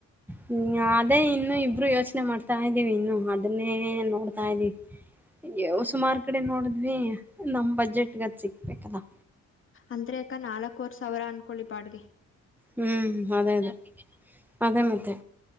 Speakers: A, in the centre; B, on the left.
A: ಹ್ಮ ಅದೇ ಇನ್ನು ಇ ಇಬ್ರು ಯೋಚ್ನೆ ಮಾಡ್ತಾ ಇದ್ದೀವಿ ಇನ್ನು ಅದುನ್ನೇ ನೋಡ್ತಾ ಇದೀವಿ. ಯೊ ಸುಮಾರ್ ಕಡೆ ನೋಡಿದ್ವಿ ನಮ್ ಬಜೆಟ್ಗದ ಸಿಕ್ಬೇಕಲ್ಲಾ.
B: ಅಂದ್ರ ಅಕ್ಕ ನಾಲ್ಕವರ್ ಸಾವ್ರ ಅಂದ್ಕೊಳ್ಳಿ ಬಾಡ್ಗೆ.
A: ಹ್ಮ್ ಅದೇ ಅದೇ ಅದೇ ಮತ್ತೆ